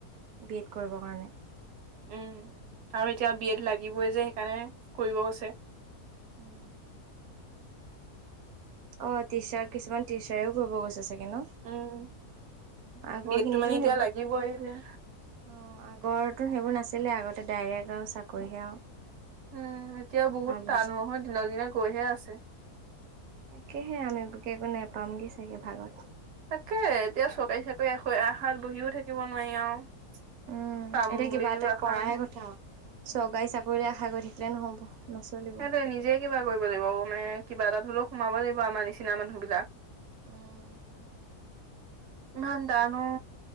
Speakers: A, on the right; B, on the right.
A: বি এড কৰিব কাৰণে
B: উম আৰু এতিয়া বি এড লাগিবই যে সেইকাৰণে কৰিব গৈছে
A: উম অ টিচাৰ কিছুমান টিচাৰেও কৰিব গৈছে আছে ন
B: উম
A: আগৰ
B: বি এডটো
A: খিনিতো
B: মানে এতিয়া
A: সেই বোৰ
B: লাগিবই এতিয়া।
A: অ আগন সেইবোৰ নাছিলে আগতে ডাইৰেক্ট আৰু চাকৰিহে আৰু
B: উম এতিয়া বহুত
A: ভাল
B: টানোহ
A: হৈছে।
B: দিন দিনে গৈহে আছে
A: তাকেহে আমি তোকে একো নোপামগে চাগে ভাগত
B: তাকে এতিয়া চৰকাৰী চাকৰি আশাত বহিও থাকিব নোৱাৰি আৰু
A: উম
B: পাম
A: এতিয়া
B: বুলিও
A: কিবা এটা
B: আশা
A: কৰাহে
B: নাই।
A: কথা চৰকাৰী চাকৰিলে আশা কৰি থাকিলে নহ'ব নচলিব
B: সেইটোৱে নিজে কিবা কৰিব লাগিব মানে কিবা এটা হলেও সোমাব লাগিব আমাৰ নিচিনা মানুহ বিলাক
A: আহ
B: ইমান দানো